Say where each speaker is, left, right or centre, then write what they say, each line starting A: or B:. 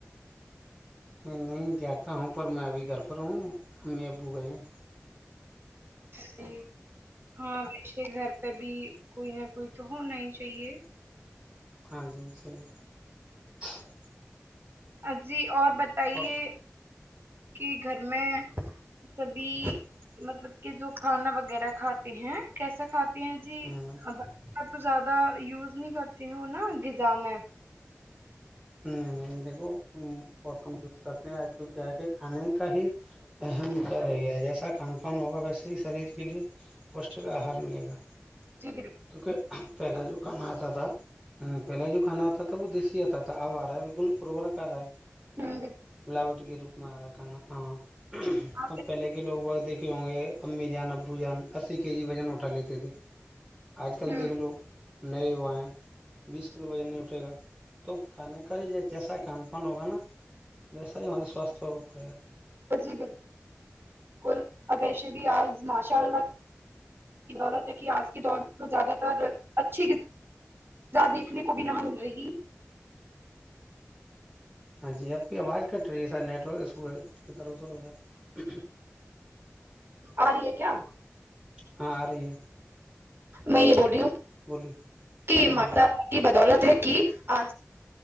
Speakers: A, on the right; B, on the right.
A: نہیں نہیں جاتا ہوں پر میں ابھی گھر پر ہوں امی ابو گئے ہیں
B: جی ہاں پ گھر پہ بھی کوئی نہ کوئی تو ہونا ہی چاہیے
A: ہاں جی صحیح ہے <inaudible>
B: ا جی اور بتائیے
A: اور
B: کہ گھر میں سبھی مطلب کہ جو کھانا وغیرہ کھاتے ہیں کیسا کھاتے ت جی
A: ہمم،
B: <unintelligible> تو زیادہ یوز نہیں کرتی ہ نا غذا میں
A: ہوں دیک بہت کم یوز کرتے ہیں آج کل کیا ہے کہ کھانے کا ہی اہم مدا رہ گیا ہے جیسا کھان فن ہوگا ویسے ہی شریر کے لیے پوشٹک آہار ملے گا
B: جی بالکل
A: کیونکہ پہلا جو کھانا آتا تھا پہلا جو کھانا آتا تھا وہ دیسی آتا تھا ت آوارا ہے بالکل اربور کر رہا ہے
B: ہوں بالکل
A: بلاوٹی کے روپ میں آ رہا کانا ہاں
B: آپ
A: تم پہلے کے لوگ وقت دیکھ ہوں گے امی جان ابو جان اسی کے جی وزن اٹھا لیتے تھے آج کل
B: ہوں
A: دیکھ لو نئے ہوائے بیس کلو وجن نہیں اٹھے گا تو کھانے کا ہی جیسا کھان پان ہوگا نا ویسا ہی ہمارے سواستھ ہوا پڑے گا
B: ہوں جی بالکل اب ویسے بھی آج ماشاء اللہ کی دولت کہ آج کے دور زیادہ اچھیغ دیکھنے کو بھی نہ مل رہی
A: ہاں جی آپ کو کی آواز ک ٹری سار نیٹورک اسسوئے ادھر ادھر ہو جا ا
B: آ رہی ہے کیا
A: ہاں آ رہی ہے
B: میں یہ بول رہی ہوں
A: بولیے
B: کہ
A: ہوں
B: ما کی بدولت کہ آج